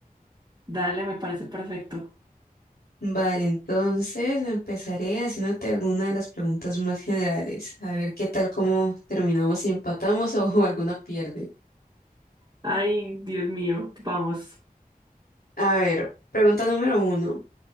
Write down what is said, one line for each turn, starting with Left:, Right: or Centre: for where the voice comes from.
Right: Dale, me parece perfecto.
Left: Vale, entonces empezaré haciéndote alguna de las preguntas más generales. A ver qué tal, cómo terminamos, si empatamos o <laughs> alguna pierde.
Right: Ay, Dios mío, vamos.
Left: A ver, pregunta número uno.